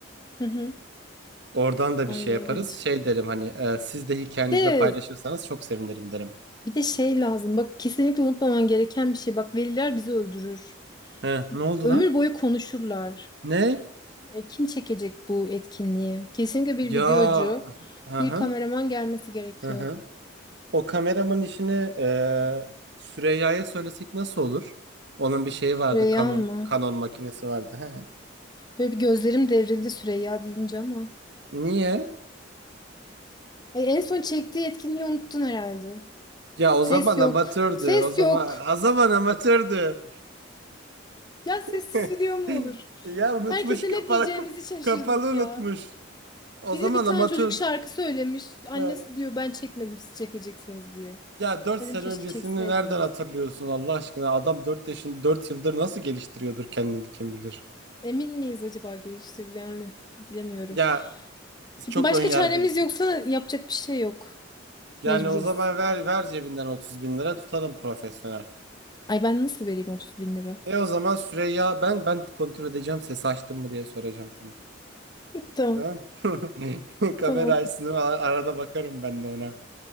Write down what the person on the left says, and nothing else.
Hı hı.
Ay
evet.
Bir de
bir de şey lazım. Bak kesinlikle unutmaman gereken bir şey. Bak veliler bizi öldürür.
Ömür
boyu konuşurlar.
E, kim çekecek bu etkinliği? Kesinlikle bir
videocu,
bir
kameraman gelmesi gerekiyor.
Reyhan
mı?
Böyle bir gözlerim devrildi Süreyya deyince ama.
Ay en son çektiği etkinliği unuttun herhalde.
Ses
yok.
Ses
yok.
Ya sessiz
video mu olur?
Herkese
ne diyeceğimizi şaşırdık
ya.
Bir
de bir tane
çocuk şarkı söylemiş. Annesi
diyor ben çekmedim siz çekeceksiniz diye.
Dedim
keşke
çekseydiniz.
Emin miyiz acaba geliştir yani bilemiyorum.
Şimdi
başka
çaremiz yoksa yapacak bir şey yok.
Mecburuz.
Ay ben nasıl vereyim 30 bin lira?
Tamam
tamam